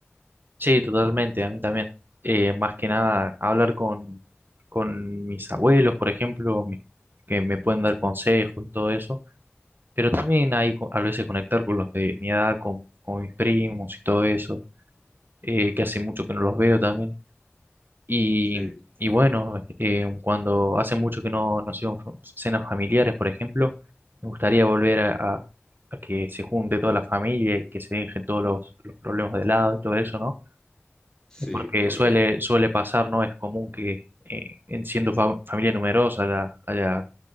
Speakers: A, on the right (about 50°); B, on the left (about 15°).
A: Sí, totalmente, a mí también. Eh, más que nada, hablar con, con mis abuelos, por ejemplo, mi- que me pueden dar consejos y todo eso, pero también hay co- a veces conectar con los de mi edad, con, con mis primos y todo eso, eh, que hace mucho que no los veo también. Y,
B: Sí,
A: y bueno, eh, cuando hace mucho que no, no hacemos cenas familiares, por ejemplo, me gustaría volver a, a- a que se junte toda la familia y que se dejen todos los, los problemas de lado y todo eso, ¿no?
B: sí,
A: porque
B: correcto.
A: suele, suele pasar, ¿no? Es común que eh, en siendo fa- familia numerosa haya, haya,